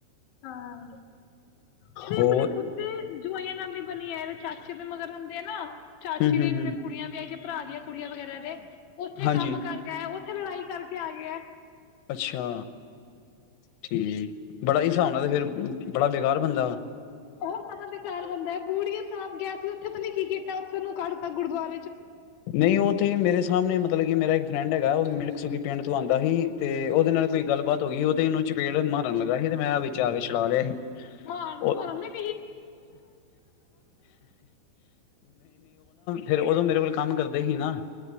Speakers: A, on the left; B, on the left.
A: ਹਾਂ ਇਹਦੇ
B: ਹੋਰ
A: ਆਪਣੇ ਖੁੱਦ ਦੇ ਜਵਾਈਆਂ ਨਾਲ ਬਣੀ ਆ ਇਹਦੇ ਚਾਚੇ ਦੇ ਮਗਰ ਹੁੰਦੇ ਆ ਨਾ ਚਾਚੇ
B: ਹੂੰ ਹੂੰ
A: ਦੀ
B: ਹੂੰ
A: ਕੁੜੀਆਂ ਵੀ ਆਈਆਂ ਭਰਾ ਦੀਆਂ ਕੁੜੀਆਂ ਵਗੈਰਾ ਦੇ ਉੱਥੇ
B: ਹਾਂਜੀ
A: ਕੰਮ ਕਰਕੇ ਥੇ ਲੜਾਈ ਕਰਕੇ ਆ ਗਿਆ ਹੈ।
B: ਅੱਛਾ ਠੀਕ, ਬੜਾ ਹਿਸਾਬ ਨਾਲ ਤੇ ਫੇਰ ਬੜਾ ਬੇਕਾਰ ਬੰਦਾ ਵਾ,
A: ਉਹ ਜ਼ਿਆਦਾ ਬੇਕਾਰ ਬੰਦਾ ਹੈ, ਬੂੜੀਆ ਸਾਹਿਬ ਗਿਆ ਸੀ ਉੱਥੇ ਪਤਾਂ ਨੀ ਕੀ ਕੀਤਾ, ਉੱਥੇ ਕੱਢਤਾ ਗੁਰਦੁਆਰਾ
B: ਨਹੀਂ ਉਹ ਤੇ ਮੇਰੇ ਸਾਹਮਣੇ ਮਤਲਬ ਕਿ ਮੇਰਾ ਫਰੈਂਡ ਹੈਗਾ, ਉਹ ਮਿਲਕ ਸੁਫੀ ਪਿੰਡ ਤੋਂ ਆਉਂਦਾ ਸੀ, ਤੇ ਉਹਦੇ ਨਾਲ ਕੋਈ ਗੱਲਬਾਤ ਹੋ ਗਈ, ਉਹ ਤੇ ਇਹਨੂੰ ਚਪੇੜ ਮਾਰਨ ਲੱਗਾ ਸੀ ਤੇ ਮੈਂ ਵਿੱਚ ਆ ਕੇ ਛਡਾ ਲਿਆ ਸੀ।
A: ਮਾਰਨ
B: ਉਹ
A: ਦੀ <unintelligible>
B: ਫੇਰ ਉਦੋਂ ਮੇਰੇ ਕੋਲ ਕੰਮ ਕਰਦੇ ਸੀ ਨਾ,